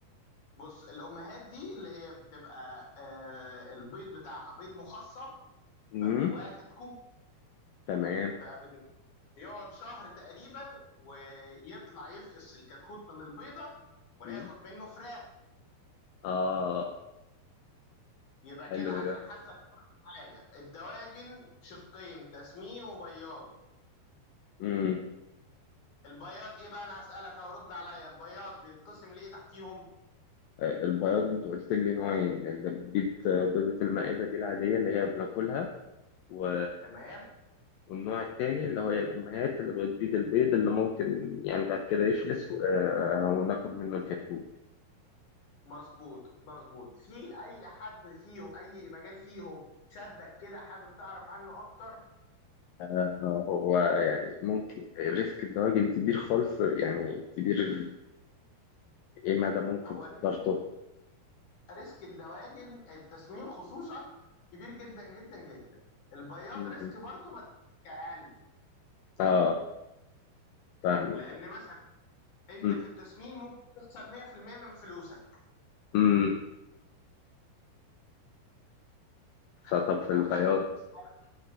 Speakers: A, on the left; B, on the left.
A: بص الامهات دي اللي هي بتبقى آه البيض بتاعها بيض مخصب
B: مم.
A: فجواه كتكوت
B: تمام
A: فبن يقعد شهر تقريبا ويطلع يفقس الكتكوت من البيضة وناخد
B: مم.
A: منه فراخ
B: آه
A: يبقى
B: حلو
A: كده عشان
B: ده
A: حاسك معايا الدواجن شقين تسمين وبياض
B: مم.
A: البياض ايه بقى انا هسألك أهو، رد عليا البياض بينقسم لايه تحتيهم
B: آه، البياض أنت قلت لي نوعين اللي بتبيض آه، بيضة المائدة دي العادية اللي هي بناكلها و...
A: تمام
B: والنوع التاني اللي هي الأمهات اللي بتبيض البيض اللي ممكن يعني بعد كده يفقس و... آه، وناخد منه الكتكوت
A: مظبوط مظبوط في اي حد فيهم اي مجال فيهم شدك كده حابب تعرف عنه اكتر
B: آه، هو يعني ممكن ريسك الدواجن كبير خالص يعني كبير ال- إيه مدى ممكن
A: هو
B: خطورته
A: ريسك الدواجن التسمين خصوصا كبير جدا جدا جدا البياض
B: مم.
A: ريسك برضه بس ريسك اقل
B: آه فاهمك
A: لان مثلا انت
B: مم.
A: في التسمين ممكن تخسر 100% من فلوسك
B: مم. فطب في البياض
A: فحابب حابب